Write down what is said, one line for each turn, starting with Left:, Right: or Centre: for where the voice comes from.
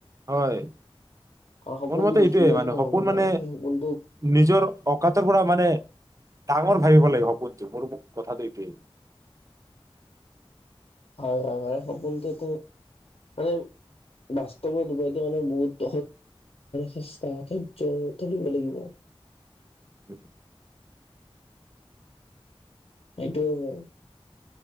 Right: হয়।
Left: আৰু সপোনটো
Right: মোৰ মতে,
Left: দেখিলেতো
Right: এইটোৱে মানে
Left: নহ'ব
Right: সপোন
Left: নহয়
Right: মানে
Left: সেই সপোনটোক
Right: নিজৰ অকাতৰ পৰা মানে, ডাঙৰ ভাবিব লাগিব সপোনটো মোৰ কথাটো এইটো এ,
Left: হয়- হয়- হয় সপোনতুটো মানে বাস্তৱত ৰুপায়ত হলে বহুত খিষ্ঠা, ধৈয্যৰ থল হব লাগিব।
Right: <unintelligible>
Left: সেইটোও হয়,